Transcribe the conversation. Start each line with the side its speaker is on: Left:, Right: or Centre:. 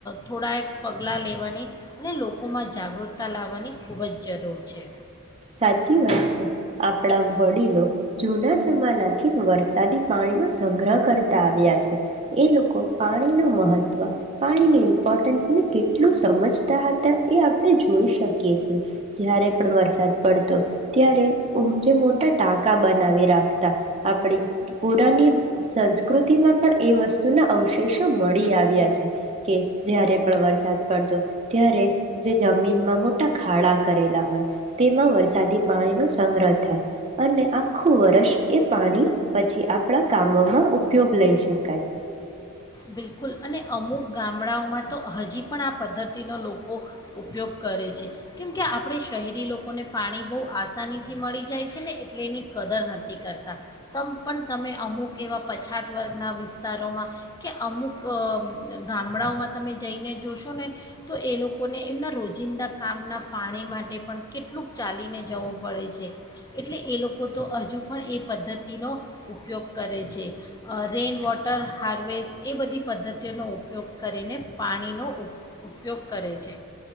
Left: થોડાક પગલાં લેવાની અને લોકોમાં જાગૃતતા લાવવાની ખૂબ જ જરૂર છે.
Right: સાચી વાત છે. આપડા વડીલો જૂના જમાનાથી વરસાદી પાણીનો સંગ્રહ કરતા આવ્યા છે. એ લોકો પાણી નો મહત્વ, પાણીની ઇમ્પોર્ટન્સને કેટલું સમજતા હતા એ આપણે જોઈ શકીએ છીએ. જ્યારે પણ વરસાદ પડતો ત્યારે જે મોટા ટાંકા બનાવી રાખતા. આપડી પુરાની સંસ્કૃતિમાં પણ એ વસ્તુના અવશેષો મળી આવ્યા છે, કે જ્યારે પણ વરસાદ પડતો ત્યારે જે જમીનમાં મોટા ખાડા કરેલા હોય તેમાં વરસાદી પાણીનો સંગ્રહ થાય અને આખું વર્ષ એ પાણી પછી આપડા કામોમાં ઉપયોગ લઈ શકાય.
Left: બિલકુલ અને અમુક ગામડાઓમાં તો હજી પણ આ પદ્ધતિનો લોકો ઉપયોગ કરે છે, કેમકે આપડે શહેરી લોકોને પાણી બહુ આસાનીથી મળી જાય છે ને એટલે એની કદર નથી કરતા, તમ પણ તમે અમુક એવા પછાત વર્ગના વિસ્તારોમાં કે અમુક ગામડાઓમાં તમે જઈને જોશો ને તો એ લોકોને એમના રોજિંદા કામના પાણી માટે પણ કેટલુંક ચાલીને જવું પડે છે, એટલે એ લોકો તો હજુ પણ એ પદ્ધતિનો ઉપયોગ કરે છે. રેઇન વોટર હાર્વેસ્ટ એ બધી પદ્ધતિઓનો ઉપયોગ કરીને પાણીનો ઉપયોગ કરે છે.